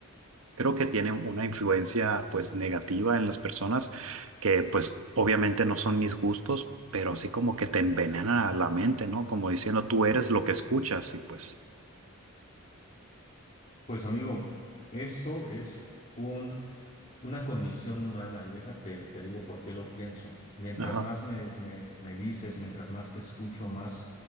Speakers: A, on the right; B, on the left.
A: Creo que tiene una influencia pues negativa en las personas que pues obviamente no son mis gustos, pero así como que te envenena la mente, ¿no? Como diciendo tú eres lo que escuchas y pues,
B: Pues amigo, eso es un una condición humana y déjate, te digo por qué lo pienso. Mientras
A: ajá,
B: más me, me- me dices, mientras más te escucho, más